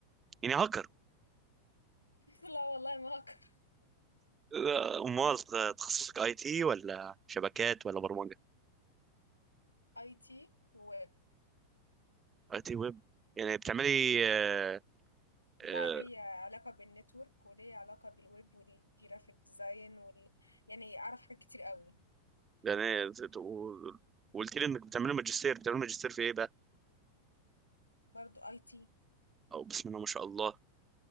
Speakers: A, on the right; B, on the left.
A: يعني هاكر
B: <laughs> لا والله ما هكر
A: آه، امال تخصصك اي تي ولا شبكات ولا برمجه
B: اي تي وويب
A: اي تي ويب يعني بتعملي آه،
B: بقى
A: آه،
B: ليا علاقة بالنتورك وليا علاقة بالويب والجرافيك ديزاين وال... يعني اعرف حاجات كتير قوي
A: يعني ت- و- وقلت لي انك بتعمل ماجستير بتعمل ماجستير في ايه بقى
B: برضو اي تي
A: او بسم الله ما شاء الله